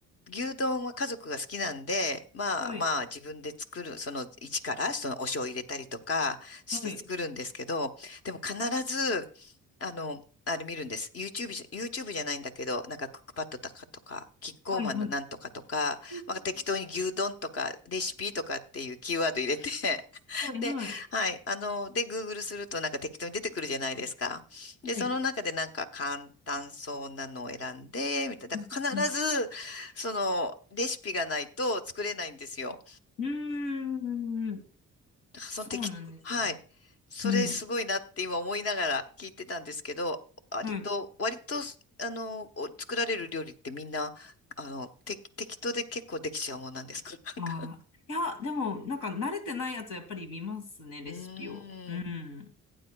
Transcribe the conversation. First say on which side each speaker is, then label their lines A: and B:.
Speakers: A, on the left; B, on the left.
A: 牛丼は家族が好きなんで、まあまあ自分で作る、
B: はい。
A: その一からそのお醤油入れたりとかして作るんですけど、
B: はい。
A: でも必ず、あの、あれ見るんです。YouTube じゃ、YouTube じゃないんだけど、なんかクックパッドとかとか、キッコーマンのなんとかとか、
B: はい、はい。うんうん
A: まあ適当に牛丼とかレシピとかっていうキーワード入れて
B: うんはい、
A: で、
B: はい。
A: はい。あの、で、Google するとなんか適当に出てくるじゃないですか。で、
B: はい。
A: その中でなんか簡単そうなのを選んで、みたいな。
B: うん、
A: だから必ず、
B: うん。
A: その、レシピがないと作れないんですよ。
B: うーん。
A: だからその適、
B: そうなんですね。
A: はい。それすごいなって今思いながら聞いてたんですけど、
B: うん。
A: 割と、
B: はい。
A: 割と、あの、お作られる料理ってみんな、あの、て適当で結構できちゃうもんなんですか <laughs> なんか
B: ああ。いや、でも、なんか慣れてないやつやっぱり見ますね、レシピを。
A: うーん。
B: うん。